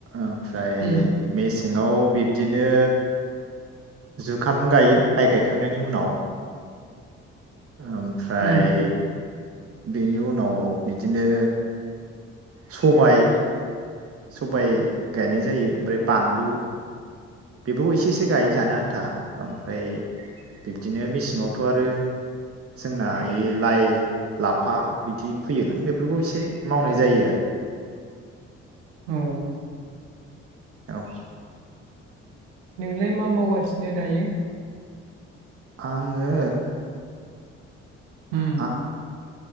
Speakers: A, on the right; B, on the right.
A: ओमफ्राय
B: उम
A: मेसे सेङाव बिब्दिनो। जुखाम गायो माइ गायखांनायनि उनाव। ओमफ्राय
B: उम
A: बेनि उनाव बिदिनो सबाइ सबाइ गायनाय जायो ओमफ्राय बानलु बेफोरखौ एसे एसे गायो जानो आन्था ओमफ्राय बिब्दिनो मेसेंआवथ' आरो जोंना इयो लाइ लाफा बिदि फैयोना बेफोरखौ एसे मावनाय जायो आरो।
B: औ
A: औ
B: नोंलाय मा मावगासि नो दायो?
A: आङो
B: उम
A: आ